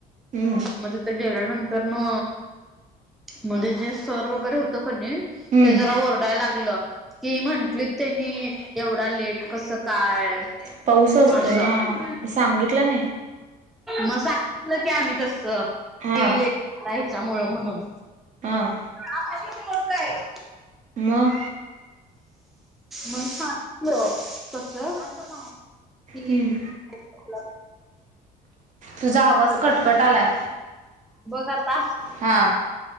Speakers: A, on the right; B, in the centre.
A: हम्म
B: म तीथ गेल्यानं तर म म्हणजे जे सर वगैरे होतो कणी
A: हम्म
B: ते जरा ओरडायला लाग गल की म्हंटली त्यांनी एवढा लेट कस काय,
A: पाऊस असतो
B: असं
A: ना, सांगितलं नाही.
B: मग सांगितलं की आम्ही तस
A: हा
B: की <unintelligible> लेयच्या मुळ म्हणून.
A: हां.
B: ह अशी बोलतंय. <unintelligible>
A: मग
B: मग सांगितलो तस. <unintelligible> किनी
A: हम्म
B: <unintelligible>
A: तुझा आवाज कटकट
B: पण
A: आलाय.
B: बघ आता.
A: हा.